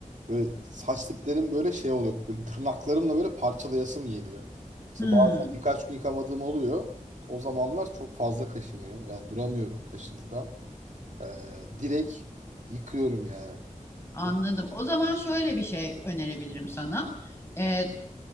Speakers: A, on the right; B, on the left.
A: Böyle saç diplerim böyle şey oluyor. Böyle tırnaklarımla böyle parçalayasım geliyor. İşte
B: Hmm.
A: bazen birkaç gün yıkamadığım oluyor. İşte o zamanlar çok fazla kaşınıyor. Yani duramıyorum kaşıntıdan. Ee, direkt yıkıyorum yani.
B: Anladım.
A: E,
B: O zaman şöyle bir şey önerebilirim sana. Ee,